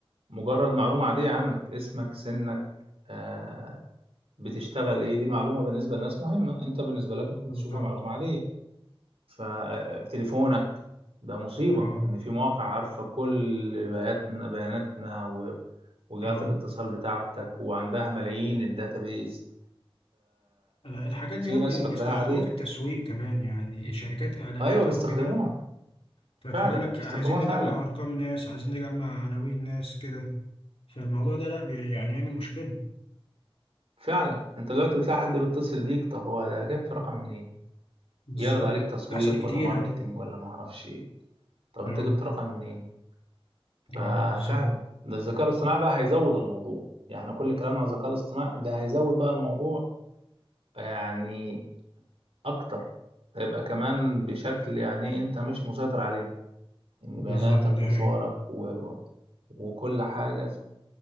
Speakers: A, on the right (about 80°); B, on the left (about 75°).
A: مجرد معلومة عادية عنك اسمك سنك آه بتشتغل ايه دي معلومة بالنسبة للناس مهمة انت بالنسبة لك ممكن
B: بالظبط
A: تشوفها معلومة عادية فتليفونك ده مصيبة
B: اه
A: ان في مواقع عارفة كل بياناتنا بياناتنا و- وجهات
B: اه
A: الاتصال بتاعتك وعندها ملايين الداتابيز
B: الحاجات دي
A: في
B: ممكن
A: ناس فاكراها
B: يستخدموها
A: عادية
B: في التسويق كمان يعني شركات اعلانات
A: ايوه بيستخدموها
B: او كده ف- فيقول
A: فعلا بيستخدموها
B: لك عايزين نجمع
A: فعلا
B: ارقام ناس عايزين نجمع عناوين ناس كده فالموضوع ده لا بي- يعني يعمل مشكلة
A: فعلا انت دلوقتي بتلاقي حد بيتصل بيك طب هو ده جاب في رقم منين
B: بالظبط
A: يعرض عليك تسويق
B: تحصل كتير
A: ولا ماركتينج
B: اه
A: ولا ما اعرفش ايه طب انت
B: اه
A: جبت رقم منين ففعلا
B: اه بالظبط
A: ده الذكاء الاصطناعي بقى هيزود الموضوع يعني إحنا كل كلامنا عن الذكاء الاصطناعي ده هيزود بقى الموضوع يعني اكتر هيبقى كمان بشكل يعني انت مش مسيطر عليه ان
B: بالظبط
A: بياناتك
B: دي
A: وصورك
B: حقيقة
A: و... و- وكل حاجة